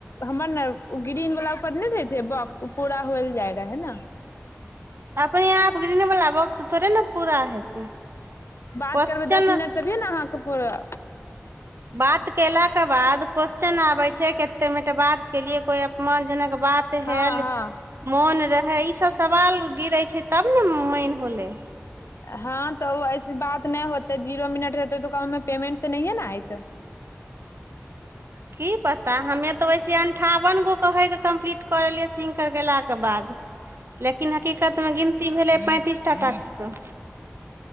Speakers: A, on the left; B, on the right.
A: हमर ने ओ ग्रीनवला ऊपर नहि रहै छै बॉक्स ओ पूरा होयल जाइ रहै ने
B: अपने यहाँप ग्रीन वाला बॉक्स थोड़े ने पूरा हेतै
A: बात
B: क्वेश्चन
A: करबै दस मिनट तभियए ने अहाँके पुरत
B: बात केेला के बाद कोश्चन च ना आबे छै कते मिनट बात के लियै कोई अपमान जेनक बात
A: हँ
B: हेह
A: हँ
B: मौन रहै ई सब सब सवाल गिरै छै तब ने मैन होलै
A: हँ तऽ ओ ऐसे बात नहि होतै जीरो मिनट रहतै उकामे पेमेंट तऽ नहिे ने आइत
B: की पता हमे तऽ वैसे अंठावन गो कहेके कम्प्लीट करलियै सिं कर गेलाक के बाद लेकिन लेकिन हकीकत में गिनती भेलै पैंतीस टाट्के